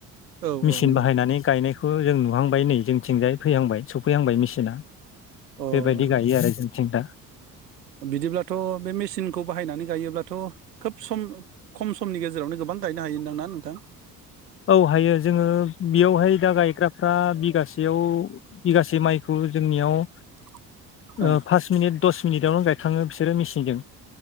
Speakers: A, on the right; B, on the left.
A: औ
B: मेसिन
A: औ नंगौ
B: बाहायनानै गायनायखौ खो जों नुहांबाय नै जोंथिंजाय फैहांबाय सफैहांबाय मेसिना
A: अ
B: बेबायदि गायो आरो जों सिन्था
A: बिदिब्लाथ' बे मेसिनखौ बाहायनानै गायोब्लाथ' खोब सम खम समनि गेजेरावनो गोबां गायनो हायोनदांना नोंथां
B: औ हायो जोङो बेयावहाय दा गायग्राफ्रा बिगासेयाव बिगासे माइखौ जोंनियाव
A: <unintelligible> ओं
B: ओ पास मिनिट दस मिनिटावनो गायखाङो बिसोरो मेसिनजों